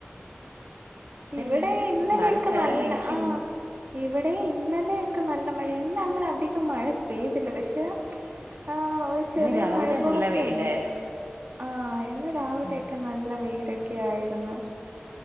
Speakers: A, on the right; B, on the right.
A: ഇവിടെ
B: ഇങ്ങനെ
A: ഇന്നലെയൊക്കെ
B: ചാറി ചാറി
A: നല്ല
B: നിക്കുന്നു
A: ആഹ് ഇവിടെയ് ഇന്നലെയൊക്കെ നല്ല മഴ ഇന്നങ്ങനെ അധികം മഴ പെയ്തില്ല പക്ഷെ ആഹ് ചെറിയ
B: ഇന്ന് രാവിലെ
A: മഴക്കോളൊക്കെ
B: നല്ല വെയിലായിരുന്നു
A: ഉണ്ട് ആഹ് ഇന്ന് രാവിലെയൊക്കെ
B: ഉം
A: നല്ല വെയില ക്കെയായിരുന്ന്.